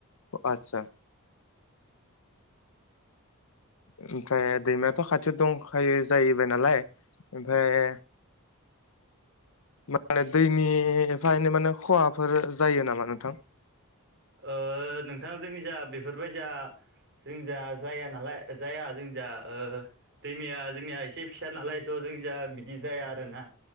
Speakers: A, on the left; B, on the right.
A: आतसा ओमफ्राय दैमायाथ' खाथियाव दंखायो जाहैबाय नालाय ओमफ्राय माने दैनि एफा एनै माने खहाफोर जायो नामा नोंथां।
B: ओ नोंथां जोंनि जा बेफोरबायसा जोंनिजा जाया नालाय जाया जोंनिजाओ दैमाया जोंनिया एसे फिसा नालाय स' जों जा बिदि जाया आरोना